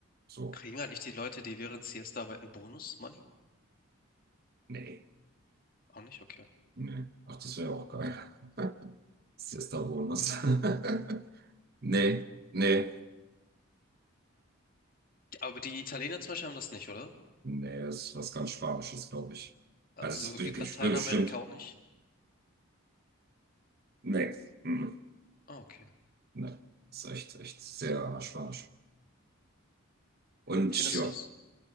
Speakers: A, on the right (about 45°); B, on the left (about 40°).
A: So,
B: Kriegen eigentlich die Leute, die während Siesta arbeiten, Bonus-Money?
A: nee,
B: Auch nicht? Okay.
A: nee. Ach, das wäre ja auch geil. <laughs> Das ist jetzt der Bonus. <laughs> Nee, nee,
B: Aber die Italiener zum Beispiel haben das nicht, oder?
A: nee, ist was ganz Spanisches, glaube ich.
B: Also
A: Also es be-
B: in
A: be-
B: Lateinamerika
A: bestimmt,
B: auch nicht?
A: nee, mm,
B: Ah, okay.
A: nee, ist echt, echt sehr spanisch. Und
B: Findest
A: ja.
B: du es?